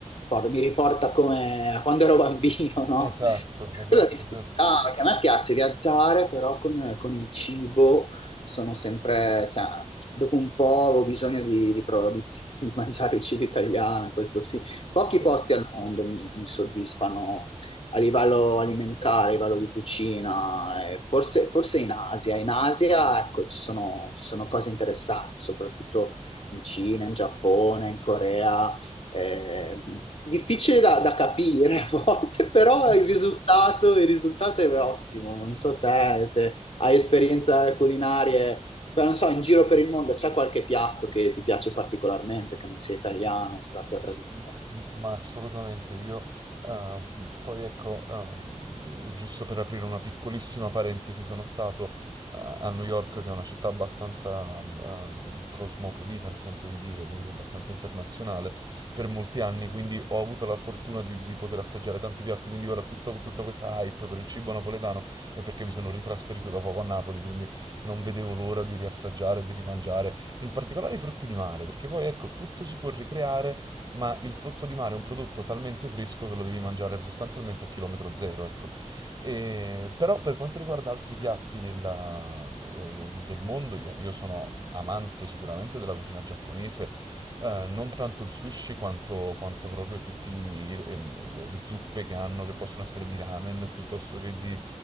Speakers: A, on the left (about 50°); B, on the right (about 35°).
A: por- mi riporta come a quando ero bambino, no?
B: Esatto, esatto,
A: Quella difficoltà
B: certo.
A: che a me piace viaggiare, però con, con il cibo sono sempre, cioè, dopo un po' ho bisogno di, di pro- di- di mangiare il cibo italiano, questo sì. Pochi
B: Eh,
A: posti al mondo mi, mi soddisfano a livello alimentare, a livello di cucina, eh, forse, forse in Asia. In Asia, ecco, ci sono, ci sono cose interessanti, soprattutto in Cina, in Giappone, in Corea eh, difficile da, da capire a volte, <laughs> però
B: sì.
A: il risultato, il risultato è ottimo. Non so te se hai esperienze culinarie, però non so, in giro per il mondo c'è qualche piatto che ti piace particolarmente, che non sia italiano, della tua
B: S-
A: tradizione.
B: m- Ma assolutamente io, eh, poi ecco, ehm, eh, giusto per aprire una piccolissima parentesi, sono stato eh, a New York, che è una città abbastanza ehm, cosmopolita, mi sento di dire, quindi abbastanza internazionale, per molti anni, quindi ho avuto la fortuna di, di poter assaggiare tanti piatti, quindi ora tutto- tutta questa hype per il cibo napoletano è perché mi sono ritrasferito da poco a Napoli, quindi non vedevo l'ora di riassaggiare, di rimangiare, in particolare i frutti di mare, perché poi ecco, tutto si può ricreare ma il frutto di mare è un prodotto talmente fresco che lo devi mangiare sostanzialmente a chilometro zero, ecco. E- però per quanto riguarda altri piatti della- de- de- del mondo, io, io sono amante sicuramente della cucina giapponese, eh, non tanto il sushi quanto, quanto proprio tutte eh, le zuppe che hanno, che possono essere di ramen piuttosto che di